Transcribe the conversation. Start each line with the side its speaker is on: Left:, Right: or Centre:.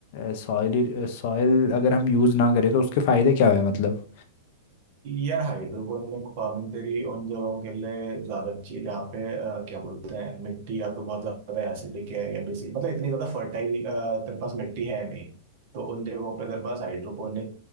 Left: सॉइल सॉइल अगर हम यूज़ ना करें तो उसके फायदे क्या हुए मतलब
Right: यार हाइड्रोपोनिक फार्मिंग तेरी उन जगहों के लिए ज्यादा अच्छी है जहाँ पे आ, क्या बोलते हैं मिट्टी या तो बहुत ज्यादा एसिडिक है या बेसिक मतलब इतनी ज्यादा फर्टाइल तेरे पास मिट्टी है नहीं तो उन जगहों पे तेरे पास हाइड्रोपोनिक